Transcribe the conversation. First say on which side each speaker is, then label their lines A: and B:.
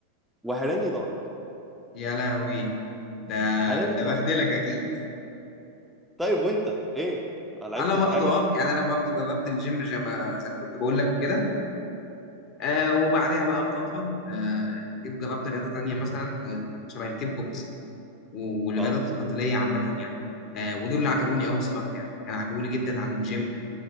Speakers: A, in the centre; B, on the left.
A: وهراني ضرب
B: يا لهوي ده
A: هراني
B: ده
A: ضرب
B: بهدلك اكيد
A: طيب وانت ايه ما لعبتش
B: انا برضه
A: حاجه
B: اه يعني انا برضه جربت الجيم زي ما زي ما كنت بقول لك وكده آه وبعدها بقى بفترة آه جيت جربت رياضة تانية مثلا آه شبه الكيك بوكس و- والرياضات
A: اه
B: القتالية عامة يعني آه ودول اللي عجبوني أوي الصراحة يعني يعني عجبوني جدا عن الجيم